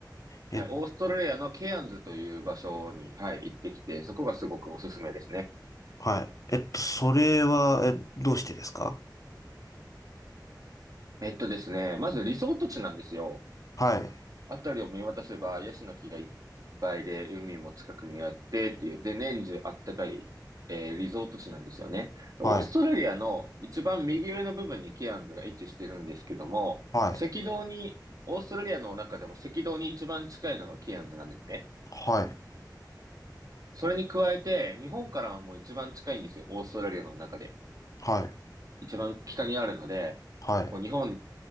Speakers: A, on the left (about 50°); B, on the right (about 50°).
A: え、
B: はい、オーストラリアのケアンズという場所に、はい、行ってきて、そこがすごくおすすめですね。
A: はい。えっと、それは、え、どうしてですか
B: えっとですね、まずリゾート地なんですよ。
A: はい。
B: あたりを見渡せば、ヤシの木がいっぱいで、海も近くにあってっていう、で、年中あったかい、えーリゾート地なんですよね。オーストラリアの一番右上の部分にケアンズが位置してるんですけども、
A: はい。はい。
B: 赤道に、オーストラリアの中でも赤道に一番近いのがケアンズなんですね。
A: はい。
B: それに加えて、日本からも一番近いんですよ、オーストラリアの中で。
A: はい。
B: 一番北にあるので、
A: はい。
B: もう日本